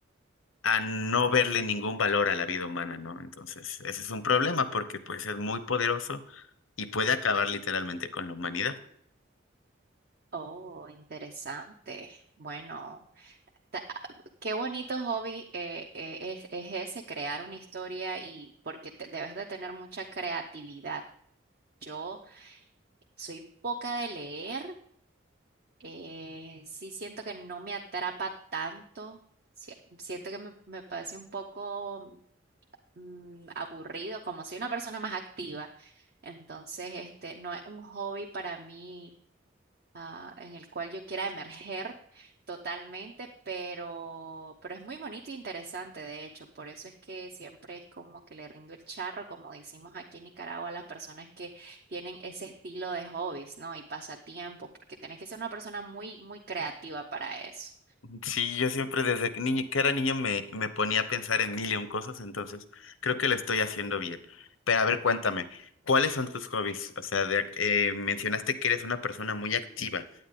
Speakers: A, on the left; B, on the right.
A: a no verle ningún valor a la vida humana, ¿no? Entonces, ese es un problema porque pues es muy poderoso y puede acabar literalmente con la humanidad.
B: Oh, interesante. Bueno, ta- qué bonito hobby eh, eh, es, es ese, crear una historia y porque te- debes de tener mucha creatividad. Yo soy poca de leer, eh, sí siento que no me atrapa tanto, si- siento que me, me parece un poco mm, aburrido, como soy una persona más activa, entonces este no es un hobby para mí ah, en el cual yo quiera emerger <laughs> totalmente, pero, pero es muy bonito e interesante, de hecho, por eso es que siempre es como que le rindo el charro, como decimos aquí en Nicaragua, a las personas que tienen ese estilo de hobbies, ¿no? Y pasatiempo, porque tienes que ser una persona muy, muy creativa para eso.
A: Sí, yo siempre desde que, niño- que era niño me, me ponía a pensar en mil y un cosas, entonces creo que lo estoy haciendo bien. Pero a ver, cuéntame, ¿cuáles son tus hobbies? O sea, de- eh, mencionaste que eres una persona muy activa,